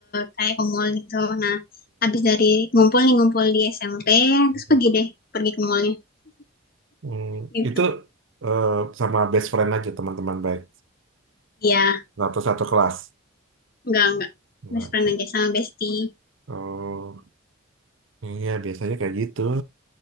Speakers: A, on the left; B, on the right.
A: kayak ke mall gitu. Nah, habis dari ngumpul nih ngumpul di SMP, terus
B: ya.
A: pergi deh, pergi ke mallnya
B: Hmm,
A: gitu.
B: itu eh, sama best friend aja teman-teman baik
A: Iya,
B: atau satu kelas.
A: enggak enggak.
B: Enggak.
A: Best friend aja sama bestie.
B: Oh, iya biasanya kayak gitu.